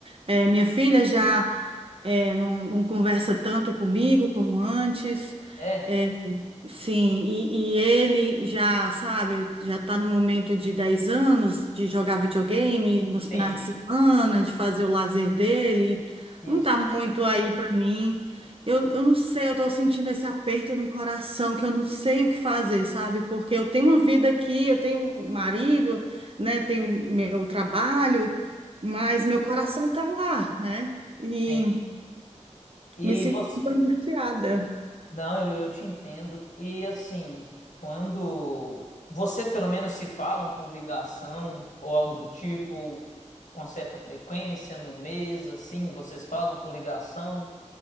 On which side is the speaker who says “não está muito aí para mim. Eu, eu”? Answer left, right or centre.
Right